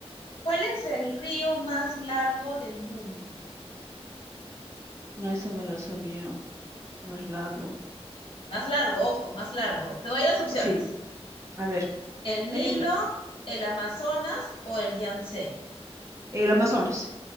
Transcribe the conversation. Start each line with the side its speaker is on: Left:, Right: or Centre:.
Left: ¿cuál es el río más largo del mundo?
Right: No, Esa me la sabía más largo.
Left: Más largo, ojo, más largo. Te doy las opciones.
Right: Sí, a ver.
Left: El
Right: Ahí
Left: Nilo,
Right: está.
Left: el Amazonas o el Yangtze.
Right: El Amazonas.